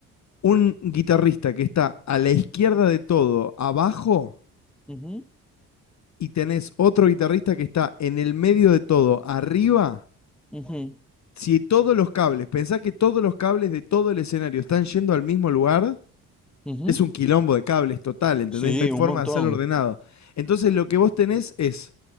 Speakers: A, on the left (about 40°); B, in the centre.
A: un guitarrista que está a la izquierda de todo, abajo,
B: Ujú,
A: y tenés otro guitarrista que está en el medio de todo, arriba,
B: ujú,
A: si todos los cables, pensá que todos los cables de todo el escenario están yendo al mismo lugar,
B: ujú.
A: Es un quilombo de cables total, ¿entendés?
B: Sí,
A: No hay forma
B: un montón.
A: de hacerlo ordenado. Entonces lo que vos tenés es,